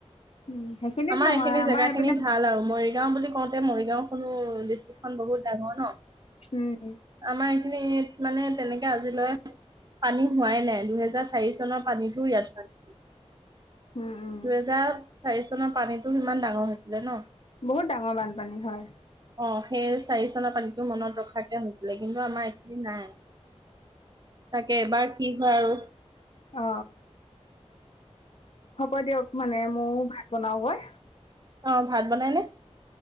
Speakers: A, on the left (about 55°); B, on the right (about 35°).
A: উম, সেইখিনিত
B: আমাৰ
A: নহয়
B: এইখিনি জেগা
A: এইপিনে
B: খিনি ভাল আৰু মৰিগাঁও বুলি কওঁ তাতে মৰিগাঁও খনো ডিষ্ট্ৰিক্ট খন বহুত ডাঙৰ ন
A: উম
B: আমাৰ এইখিনিত মানে তেনেকে আজিলৈ পানী হোৱাই নাই দুহেজাৰ চাৰি চনৰ পানীটোও ইয়াত হোৱা নাছিল।
A: উম, উম,
B: দুহেজাৰ চাৰি চনৰ পানীটো সিমান ডাঙৰ হৈছিলে ন
A: বহুত ডাঙৰ বানপানী হয়।
B: অ সেই চাৰি চনৰ পানী টো মনত ৰখাকে হৈছে লে কিন্তু আমাৰ এইখিনিত নাই তাকে এইবাৰ কি হয় আৰু
A: অ হ'ব দিয়ক মানে ময়ো ভাত বনাও গৈ
B: অ ভাত বনাইনে